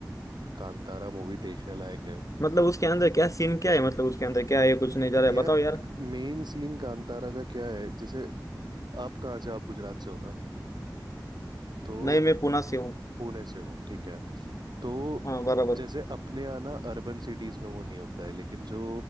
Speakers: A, on the right; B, on the left.
A: कांतारा मूवी देखने लायक है
B: मतलब उसके अंदर क्या सीन क्या है मतलब उसके अंदर क्या है
A: य-
B: कुछ नहीं जा रहा है
A: यार
B: बताओ यार
A: मेन सीन कांतारा का क्या है जैसे आप कहाँ से आप गुजरात से हो ना तो
B: नहीं मैं पुणे से हूँ
A: पुणे से हो ठीक है तो
B: हाँ बराबर
A: जैसे अपने यहाँ ना अर्बन सिटीज में वो नहीं होता है लेकिन जो